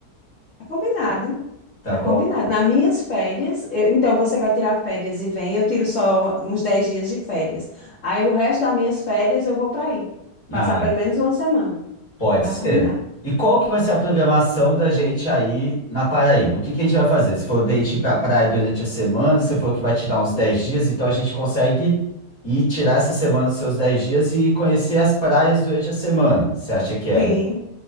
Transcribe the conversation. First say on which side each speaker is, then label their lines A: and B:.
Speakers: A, on the left; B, on the left.
A: Tá combinado.
B: tá?
A: Tá combinado. Nas minhas férias, eu- então você vai tirar férias e vem, eu tiro só uns 10 dias de férias. Aí o resto das minhas férias eu vou para aí.
B: Ó,
A: Passar pelo menos uma semana.
B: Pode
A: Tá
B: ser.
A: combinado.
B: E qual que vai ser a programação da gente aí na Paraíba? O que que a gente vai fazer? Se for date ir para praia durante a semana, você falou que vai tirar uns dez dias, então a gente consegue ir tirar essa semana dos seus 10 dias e conhecer as praias durante a semana. Você acha que é
A: Sim.